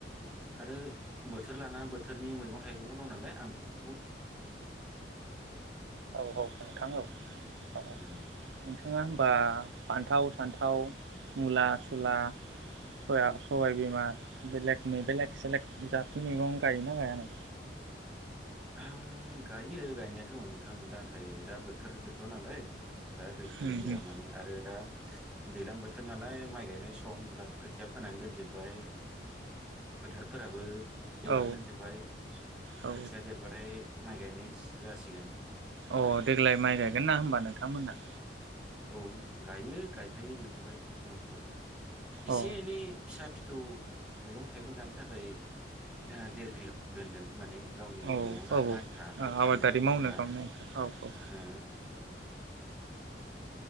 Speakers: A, in the centre; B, on the right (about 85°).
A: आरो बोथोर लानानै बोथोरनि मैगं- थाइगं दं नालाय आं बेफोर
B: औ औ नोंथां औ औ
A: उम
B: नोंथाङा होनबा फान्थाव फान्थाव मुला सुला सया सबायबिमा बेलेग बेलेग सेलेग जााथ मैगं गायोना गाया नों?
A: ओम गायो गायनायाथ नोंथां नाथाय दा बोथोर गैथ'आ नालाय। दा गैथलिया
B: उम उम
A: माने आरो दा दैज्लां बोथोर नालाय माइ गायनाय सम दा खोथिया फोनानै दोनजोबबाय फोथारफोराबो। एवनानै
B: औ
A: दोनजोबबाय
B: औ
A: खो देरबाथाय माइ गायनाय जासिगोन।
B: अ देग्लाय माइ गायगोन ना होमबा नोंथांमोना?
A: औ गायो गायखायो बेखौहाय माइखौ। एसे
B: अ
A: एनै फिसा फि सौ मैगं -थाइगं जानो थाखाय ओ देर बिगा दोनदों माने। गावनि
B: औ
A: न'आव जानो
B: औ
A: आन्था आं
B: आबादारि
A: फाननायखौ
B: मावनो
A: बुंला
B: गावनो
A: हो
B: औ औ